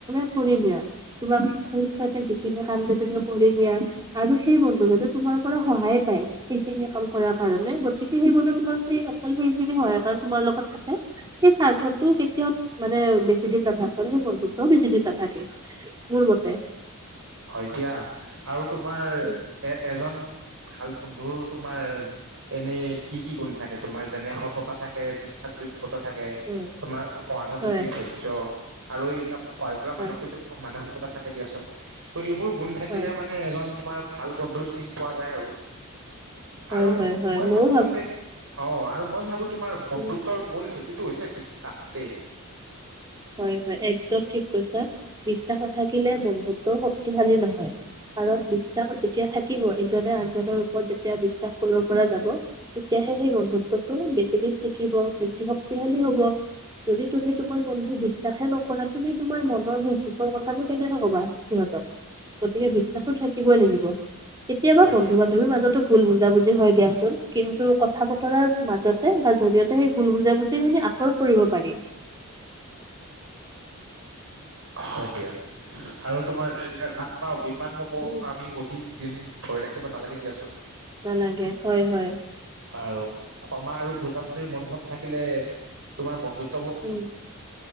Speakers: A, on the right (about 20°); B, on the right (about 70°).
A: ফুৰি দিয়া কিবা। যিখিনি কাম যে তুমি কৰি নিয়া আৰু সেই বন্ধু যদি তোমাৰ পৰা সহায় পায় সেইখিনি কাম কৰাৰ কাৰণে গতিকে সেই বন্ধু তোমাৰ অকল সেইখিনি সহায় কাৰ তোমাৰ লগত থাকে সেই স্বাৰ্থতো কেতিয়াও মানে বেছি দিন নাথাকে সেই বন্ধুতও বেছি দিন নাথাকে মোৰ মতে তে
B: হয় এতিয়া আৰু তোমাৰ
A: উম
B: এ এজন ভাল বন্ধুৰ তোমাৰ এনেই কি কি গুণ থাকে তোমাৰ যেনে সততা থাকে বিশ্বাসযোগ্য থাকে
A: উম,
B: তোমাৰ সহানুভূতি
A: হয়,
B: ধৈৰ্য্য আৰু এইবিলাক সহায় কৰা
A: হয়,
B: মানসিক মানসিকতা থাকে দিয়াচোন। ত' এইবোৰ গুণ থাকিলে
A: হয়,
B: মানে এজন তোমাৰ ভাল বন্ধুৰ চিন পোৱা যায় আৰু
A: হয়,
B: আৰু
A: হয়, হয়,
B: মই
A: ময়ো
B: ভাবো তাতে অ আৰু মই ভাবো। তোমাৰ বন্ধুত্ব
A: উম,
B: মূল হৈছে বিশ্বাসতেই
A: হয় হয় এক দম ঠিক কৈছা বিশ্বাস কথাই। থাকিলে বন্ধুত্ব শক্তিশালী নহয় কাৰণ বিশ্বাস যেতিয়া থাকিব ইজনে আনজনৰ ওপৰত যেতিয়া বিশ্বাস কৰিব পৰা যাব তেতিয়াহে সেই বন্ধুত্বটো বেছি দিন থাকিব বেছি শক্তিশালী হব যদি তুমি তোমাৰ বন্ বিশ্বাসে নকৰা তুমি তোমাৰ মনৰ দুখ দুখৰ কথাটো কেনেকে কবা সিহঁতক গতিকে বিশ্বাসো থাকিবই লাগিব। কেতিয়াবা
B: হয়
A: বন্ধু
B: দিয়া।
A: বান্ধৱীৰ মাজত। ভুল বুজ বুজি হয় দিয়া চোন কিন্তু কথা। কৰাৰ মাজতে তাৰ জৰিয়তে সেই গুল বুজাবুজি খিনি আঁতৰ কৰিব পাৰি।
B: হয় দিয়া আৰু তোমাৰ ৰা পাও বিমানসমূহ
A: উম,
B: আমি অধিক দিন। ধৰি ৰাখিব নালাগে দিয়াচোন।
A: নানাগে হয় হয়।
B: আৰু ক্ষা আৰু বুজাবুজিৰ মনোভাৱ থাকিলে তোমাৰ বন্ধুত
A: উম